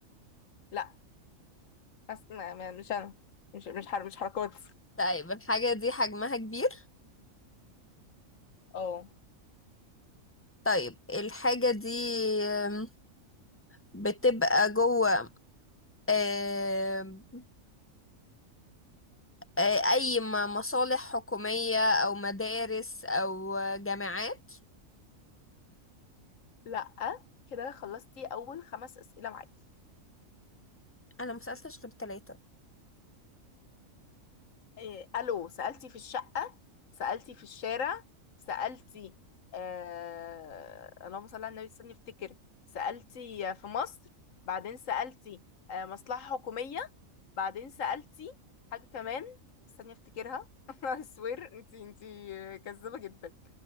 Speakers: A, on the left; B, on the left.
A: لا بس ما- ما- مش انا مش مش حر مش حركات
B: طيب الحاجة دي حجمها كبير
A: اه
B: طيب الحاجة دي آم، بتبقى جوه آم، آه، أي م- مصالح حكومية أو مدارس أو جامعات
A: لا كده خلصتي اول خمس اسئله معاكي
B: أنا مسألتش غير تلاتة
A: إيه الو سالتي في الشقه سالتي في الشارع سالتي آه... اللهم صل على النبي استني افتكر سالتي في مصر بعدين سالتي آه مصلحه حكوميه بعدين سالتي حاجه كمان استني افتكرها <laughs> I swear انتي انتي كذابه جدا